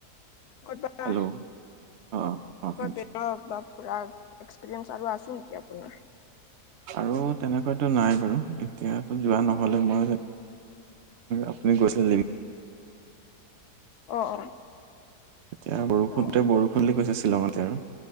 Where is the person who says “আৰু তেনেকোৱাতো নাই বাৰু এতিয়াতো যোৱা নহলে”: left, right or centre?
Right